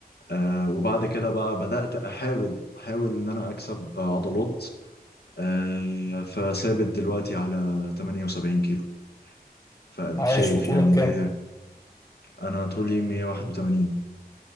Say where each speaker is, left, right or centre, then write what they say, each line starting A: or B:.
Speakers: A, on the left; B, on the left.
A: آه وبعد كده بقى بدأت أحاول أحاول إن أنا أكسب عضلات آه فثابت دلوقتي على 78 كيلو فأديك
B: عايش
A: شايف
B: وطولك
A: يعني
B: كام
A: ليه أنا طولي 181